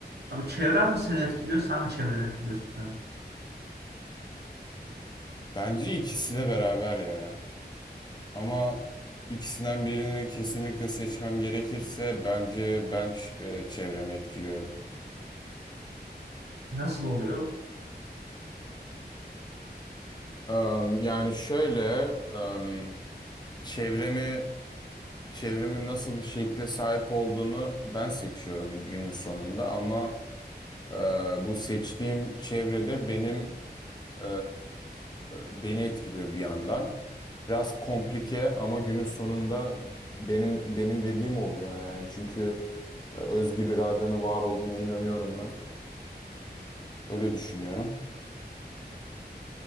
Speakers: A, on the right; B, on the left.
A: abi çevren mi seni etkiliyor, sen mi çevreni etkiliyorsun sence?
B: Bence ikisi de beraber ya. Ama ikisinden birini kesinlikle seçmem gerekirse bence ben ş- e, çevremi etkiliyorum.
A: Nasıl oluyor?
B: Em, yani şöyle em, çevremi çevremin nasıl bir şekle sahip olduğunu ben seçiyorum günün sonunda ama e, bu seçtiğim çevrede benim Ee, beni etkiliyor bir yandan. Biraz komplike ama günün sonunda benim benim dediğim oluyor yani. Çünkü e, özgür iradenin var olduğuna inanıyorum ben. Öyle düşünüyorum.